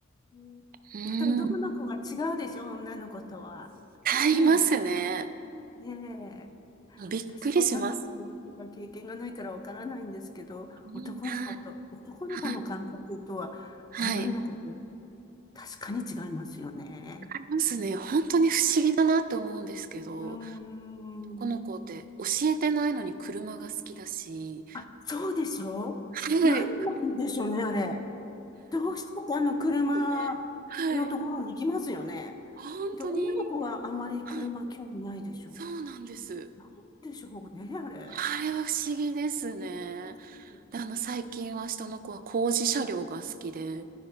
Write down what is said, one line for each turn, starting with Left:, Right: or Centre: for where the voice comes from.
Left: うんまた男の子は違うでしょ、
Right: うん。
Left: 女の子とは。
Right: 違いますね。
Left: うん。ねえ。
Right: びっくりします。
Left: 私は女の子とか経験がないからわからないんですけど、
Right: うん、
Left: 男の子と、
Right: はい。
Left: 男の子の感覚とは、
Right: はい。はい。
Left: 女の子と
Right: 違
Left: 確かに違いますよね。
Right: いますね。本当に不思議だなって思うんですけど。
Left: うーん。
Right: この子って教えてないのに車が好きだし、
Left: あ、そうでしょ何なんでしょうね、
Right: はい。
Left: あれ。どうしてもあの車のところに行きますよね。
Right: ねはい。本当に、
Left: で、女の子はあんまり車興味ないでしょ
Right: はい。そうなんです。
Left: なんでしょうね、あれ。
Right: あれは不思議ですね。
Left: <laughs>
Right: で、あの、最近は下の子は工事車両が好きで、
Left: うん